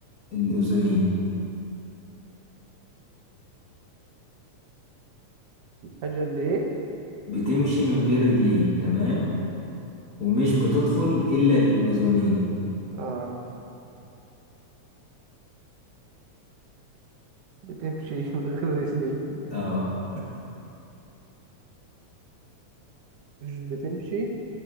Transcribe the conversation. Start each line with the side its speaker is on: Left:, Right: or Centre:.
Left: الأذنين
Right: الحاجة اللي إيه
Left: بتمشي من غير رجلين تمام ومش بتدخل إلا الأذنين
Right: اه بتمشي <laughs> من غير رجلين
Left: اه
Right: مش بتمشي